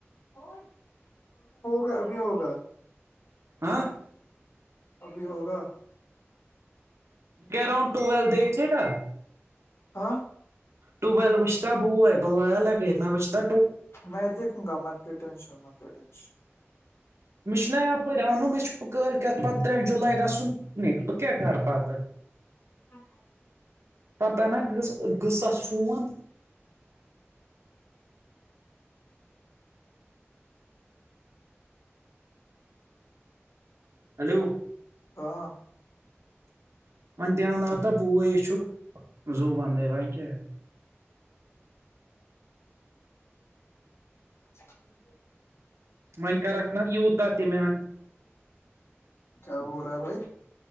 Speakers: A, on the left; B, on the right.
A: ہو گیا ابھی ہوگا ہوا
B: ہاں
A: ابھی ہوگا
B: گراڈ ٹویل دیکھھیے گا
A: ہاں
B: ٹویل وچتا بوئے بویا لگے میں پچتا
A: میں دیکھوں گا مر ٹینشن م ٹینشن
B: م میں چ ن نہ یاپورر ا انوں م میں چ کولکیۃ پ تریام جلئی گسن پکنک ب کیا کر پتہ
A: ہاں
B: پہ ن گصاس فون ہیلو
A: ہاں
B: ون دھیان آ ہوتا پو چک ز ود ون کیا
A: ہ
B: و کرکھ نا یتا تو میان
A: کیا ہو رہا ہے بھائی